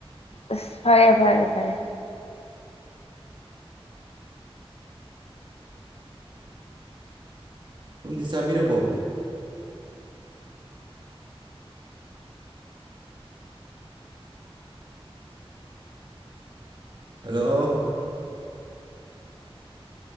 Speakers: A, on the left; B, on the right.
A: ꯑ ꯐꯔꯦ ꯐꯔꯦ ꯐꯔꯦ
B: ꯁꯣꯨꯝꯗꯤ ꯆꯥꯕꯤꯔꯕꯣ ꯍꯂꯣ